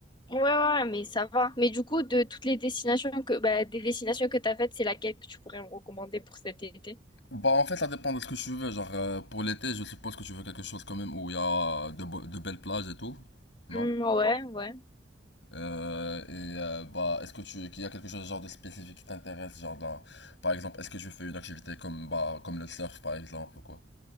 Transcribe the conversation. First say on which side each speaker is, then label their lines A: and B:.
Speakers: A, on the left; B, on the left.
A: Ouais, ouais, mais ça va. Mais du coup, de toutes les destinations que, bah, des destinations que tu as faites, c'est laquelle que tu pourrais me recommander pour cet été?
B: Bah en fait ça dépend de ce que tu veux, genre euh, pour l'été je suppose que tu veux quelque chose quand même où il y a de, bo- de belles plages et tout, non?
A: Hum, ouais, ouais.
B: Euh, et euh, bah est-ce que tu qu'il y a quelque chose genre de spécifique qui t'intéresse, genre dans- par exemple est-ce que tu fais une activité comme bah comme le surf par exemple ou quoi?